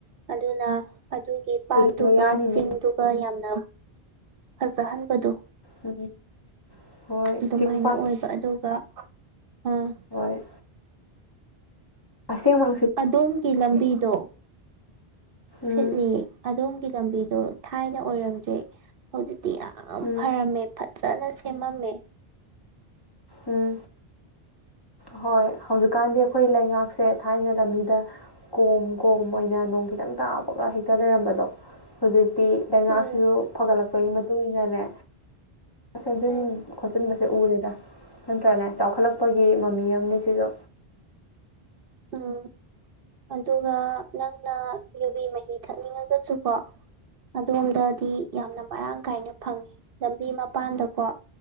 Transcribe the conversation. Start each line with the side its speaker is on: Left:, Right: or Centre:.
Right: ꯑꯗꯨꯅ ꯑꯗꯨꯒꯤ ꯄꯥꯠꯇꯨꯒ
Left: ꯀꯩꯅꯣ ꯌꯥꯅꯤꯅꯦ
Right: ꯆꯤꯡꯗꯨꯒ ꯌꯥꯝꯅ ꯐꯖꯍꯟꯕꯗꯣ
Left: ꯎꯝ ꯍꯣꯏ
Right: ꯑꯗꯨꯃꯥꯏꯅ
Left: ꯆꯤꯡ ꯄꯥꯠ
Right: ꯑꯣꯏꯕ ꯑꯗꯨꯒ ꯑꯥ
Left: ꯍ ꯑꯁ ꯃ
Right: ꯑꯗꯣꯝꯒꯤ ꯂꯝꯕꯤꯗꯣ ꯁꯤꯠꯂꯤ
Left: ꯎꯝ
Right: ꯑꯗꯣꯝꯒꯤ ꯂꯝꯕꯤꯗꯣ ꯊꯥꯏꯅ ꯑꯣꯏꯔꯝꯗ꯭ꯔꯦ ꯍꯧꯖꯤꯛꯇꯤ ꯌꯥꯝ
Left: ꯎꯝ
Right: ꯐꯔꯝꯃꯦ ꯐꯖꯅ ꯁꯦꯝꯃꯝꯃꯦ
Left: ꯎꯝ ꯍꯣꯏ ꯍꯧꯖꯤꯛꯀꯥꯟꯗꯤ ꯑꯩꯈꯣꯏ ꯂꯩꯉꯥꯛꯁꯦ ꯊꯥꯏꯅ ꯂꯝꯕꯤꯗ ꯀꯣꯝ ꯀꯣꯝ ꯑꯣꯏꯅ ꯅꯣꯡ ꯈꯤꯇꯪ ꯇꯥꯕꯒ ꯍꯦꯛꯇ ꯂꯩꯔꯝꯕꯗꯣ ꯍꯧꯖꯤꯛꯇꯤ ꯂꯩꯉꯥꯛꯁꯤꯁꯨ
Right: ꯎꯝ
Left: ꯐꯒꯠꯂꯛꯄꯒꯤ ꯃꯇꯨꯡ ꯏꯟꯅꯅꯦ ꯁꯦꯝꯖꯤꯟ
Right: ꯎꯝ
Left: ꯈꯣꯠꯆꯤꯟꯕꯁꯦ ꯎꯔꯦꯗ ꯅꯠꯇ꯭ꯔꯅꯦ ꯆꯥꯎꯈꯠꯂꯛꯄꯒꯤ ꯃꯃꯤ ꯑꯃꯅꯤꯅꯦ ꯁꯤꯁꯨ
Right: ꯎꯝ ꯑꯗꯨꯒ ꯅꯪꯅ ꯌꯨꯕꯤ ꯃꯍꯤ ꯊꯛꯅꯤꯡꯉꯒꯁꯨꯀꯣ ꯑꯗꯣꯝꯗꯗꯤ ꯌꯥꯝꯅ ꯃꯔꯥꯡ ꯀꯥꯏꯅ ꯐꯪꯉꯤ ꯂꯝꯕꯤ ꯃꯄꯥꯟꯗꯀꯣ